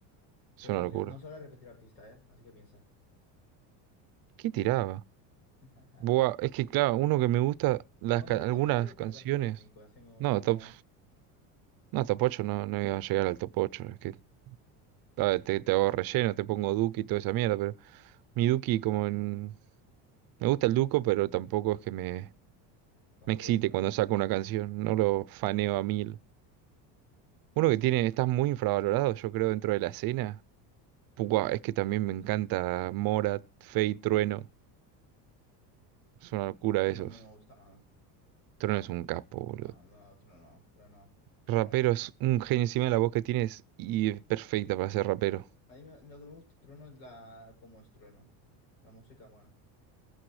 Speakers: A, on the right; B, on the left.
A: Es
B: ¿Qué pondrías?
A: una locura.
B: No se vale repetir artista, ¿eh? Así que piensa.
A: ¿Qué tiraba?
B: <laughs>
A: Buah, es que claro, uno que me gusta, las
B: Bueno,
A: ca-
B: en vez de
A: algunas
B: top 8
A: canciones.
B: ¿qué te parece un top 5? Hacemos
A: No,
B: uno.
A: top. No, top 8 no, no iba a llegar al top ocho Es que ah, te, te hago relleno, te pongo Duki y toda esa mierda, pero mi Duki como en. Me gusta el Duco, pero tampoco es que me,
B: Tampoco
A: me excite
B: locura,
A: cuando
B: ¿no?
A: saco una canción. No lo faneo a mil. Uno que tiene, está muy infravalorado, yo creo, dentro de la escena. Buah, es que también me encanta Morat, Fey, Trueno. Es una locura
B: Trueno
A: esos.
B: a mí no me gusta nada.
A: Trueno es un capo, boludo.
B: No, no, Trueno no. Trueno,
A: Rapero
B: Trueno no me gusta.
A: es un genio encima de la voz que tienes y es perfecta para ser rapero.
B: A mí me- lo que me gusta de Trueno es la... cómo es Trueno. La música buena.